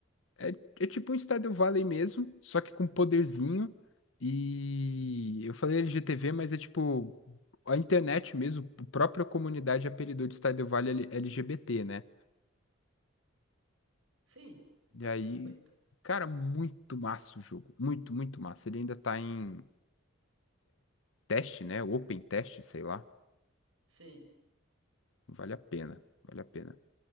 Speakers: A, on the left; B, on the right.
A: É, é
B: N-
A: tipo um Stardew Valley mesmo, só que com poderzinho. E eu falei LGTV, mas é tipo a internet mesmo, a própria comunidade apelidou de Stardew Valley L- LGBT, né?
B: Sim,
A: E
B: tá
A: aí,
B: tudo bem.
A: cara, muito massa o jogo. Muito, muito massa. Ele ainda tá em teste, né? Open teste, sei lá.
B: Sim.
A: Vale a pena, vale a pena.